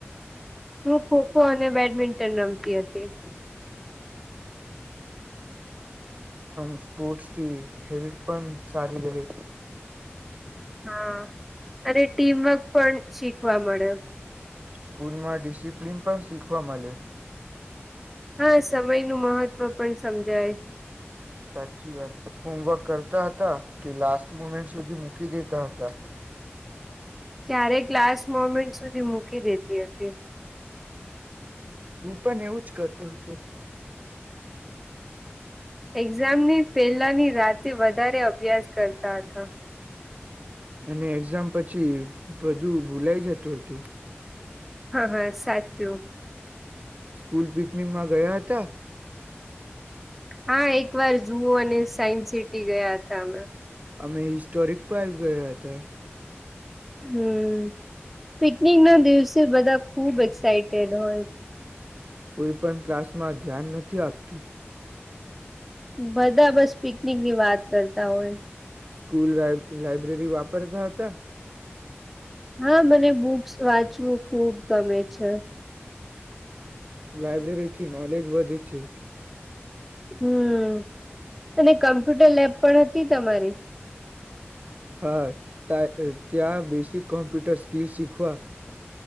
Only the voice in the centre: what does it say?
હુ. ખો ખો અને બેડમિન્ટન રમ. તી અતી.
હા અને ટીમવર્ક પણ શીખવા મળ્યો.
હા સમય નું મહત્વ પણ સમજાય.
ક્યારે ક્લાાસ મોમેન્ટ સુધી મૂકી દેતી હતી.
એક્ઝામની પેલાની રાતે વધારે અભ્યાસ કરતા હતા.
હા હા, સાચું.
હા એકવાર જુ અને સાયન્સ સિટી ગયા હતા હમણાં.
હમ્મ, પિકનિકના દિવસે બધા ખૂબ એક્સાઈટેડ હોય.
બધા બસ પિકનિકની વાત કરતા હોય.
હા મને બુક્સ વાંચવું ખૂબ ગમે છે.
હમ્મ, અને કમ્પ્યુટર લેબ પણ હતી તમારી.